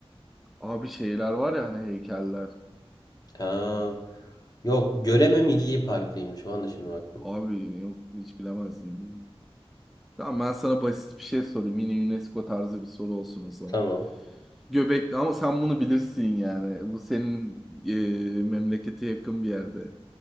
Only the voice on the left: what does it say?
Ha, yok Göreme Milli Parkı'ymış. Bana şimdi baktım.
Tamam.